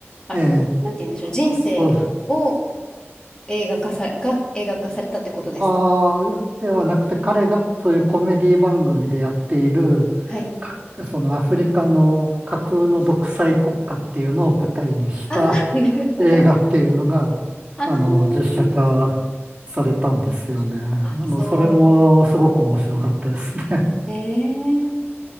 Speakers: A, on the left; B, on the right.
A: あ、
B: ええ
A: なんて言うんでしょう、人生を
B: そう
A: 映画化さ、が映画化されたってことですか
B: ああ、ではなくて彼がそういうコメディ番組でやっている、
A: はい。
B: かそのアフリカの架空の独裁国家っていうのを舞台にした
A: あー、なるほど。
B: 映画っていうのが、
A: あー、
B: あの、実写化されたんですよね。あの、
A: あ、そう。
B: それもすごく面白かったですね。
A: えー